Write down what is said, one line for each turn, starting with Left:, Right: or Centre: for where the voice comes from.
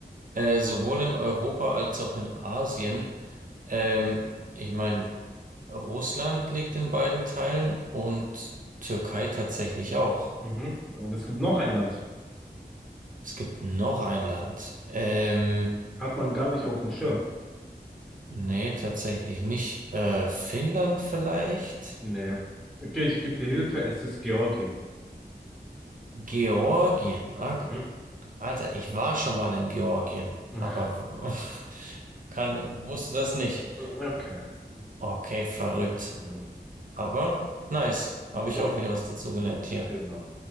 Right: Äh, sowohl in Europa als auch in Asien Ähm, ich meine, Russland liegt in beiden Teilen und Türkei tatsächlich auch.
Centre: Mhm. Und es gibt noch ein Land.
Right: Es gibt noch ein Land. Ähm,
Centre: Hat man gar nicht auf dem Schirm.
Right: nee, tatsächlich nicht. Äh, Finnland vielleicht?
Centre: Nee. Okay, ich gebe dir Hilfe. Es ist Georgien.
Right: Georgien. Ah,
Centre: Mhm.
Right: Alter, ich war schon mal in Georgien,
Centre: Ah,
Right: aber <laughs> kann, wusste das nicht.
Centre: Okay.
Right: Okay, verrückt.
Centre: Ja. Ja.
Right: Aber nice. Habe ich
Centre: Jo.
Right: auch wieder was dazu gelernt hier.
Centre: Genau.